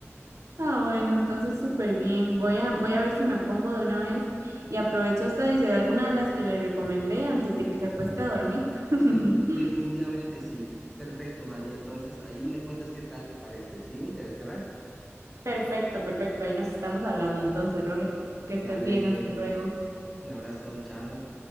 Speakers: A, on the right; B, in the centre.
A: Ah, bueno, entonces súper bien. Voy a, voy a ver si me pongo de una vez y aprovecho usted y se ve alguna de las que le recomendé antes de que se acueste a dormir. <laughs>
B: Defin- definitivamente sí. Perfecto, María. Entonces, ahí me cuentas qué tal te parece. ¿Sí? ¿Interesará?
A: Perfecto, perfecto. Ahí nos estamos hablando entonces, Roger. Que estés
B: Dale,
A: bien, hasta luego.
B: un abrazo, chao.